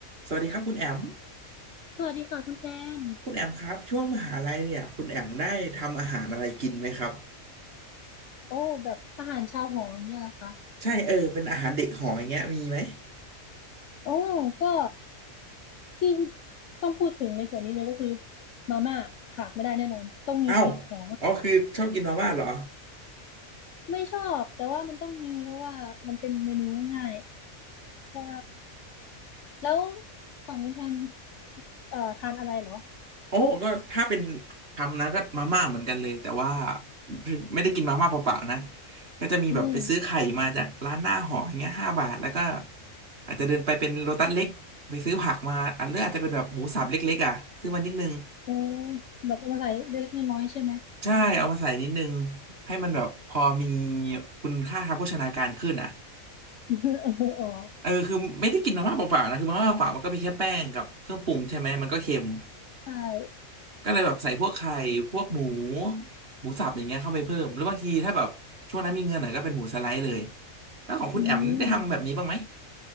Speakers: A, on the right (about 45°); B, on the left (about 65°).
A: สวัสดีครับคุณแอม
B: สวัสดีค่ะคุณแทน
A: คุณแอมครับช่วงมหาลัยเนี่ยคุณแอมได้ทำอาหารอะไรกินไหมครับ
B: โอ้แบบอาหารชาวหออย่างเนี่ยแหละค่ะ
A: ใช่เออเป็นอาหารเด็กหออย่างเงี้ยมีไหม
B: โอ้ก็ที่ต้องพูดถึงในส่วนนี้เลยก็คือมาม่าขาดไม่ได้แน่นอนต้องมีติดหอ
A: เอ้าวอ๋อคือชอบกินมาม่าเหรอ
B: ไม่ชอบแต่ว่ามันต้องมีเพราะว่ามันเป็นเมนูง่ายๆใช่แล้วฝั่งคุณแทนเอ่อทานอะไรเหรอ
A: โอ้ก็ถ้าเป็นทำนะก็มาม่าเหมือนกันเลยแต่ว่าไม่ได้กินมาม่าเปล่าๆนะก็จะมีแบบไปซื้อไข่มาจากร้านหน้าหออย่างเงี้ยห้าบาทแล้วก็
B: อืม
A: อาจจะเดินไปเป็นโลตัสเล็กไปซื้อผักมาอันเลือกอาจจะเป็นแบบหมูสับเล็กๆอ่ะซื้อมานิดนึง
B: โอ้แบบเอามาใส่เล็กๆน้อยๆใช่ไหม
A: ใช่เอามาใส่นิดนึงให้มันแบบพอมีคุณค่าทางโภชนาการขึ้นอ่ะ
B: <laughs> อ๋อ
A: เออคือไม่ได้กินมาม่าเปล่าๆนะคือมาม่าเปล่ามันก็มีแค่แป้งกับเครื่องปรุงใช่ไหมมันก็เค็ม
B: ใช่
A: ก็เลยแบบใส่พวกไข่พวกหมูหมูสับอย่างเงี้ยเข้าไปเพิ่มหรือบางทีถ้าแบบช่วงนั้นมีเงินหน่อยก็เป็นหมูสไลด์เลยแล้วของคุณแอมได้ทำแบบนี้บ้างไหม
B: อืม